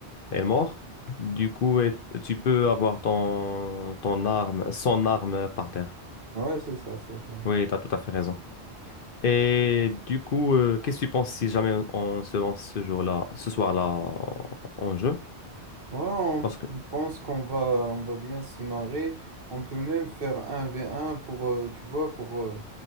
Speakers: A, on the left; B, on the right.
A: est morte. Du coup, et- tu peux avoir ton, ton arme, son arme par terre.
B: Ah Ouais, c'est ça, c'est ça.
A: Oui, tu as tout à fait raison. Et du coup, euh, qu'est-ce que tu penses si jamais on, on se lance ce jour-là, ce soir-là en, en jeu?
B: Ouais, on-
A: Parce que...
B: je pense qu'on va, on va bien se marrer. On peut même faire un v un pour, euh, tu vois, pour euh,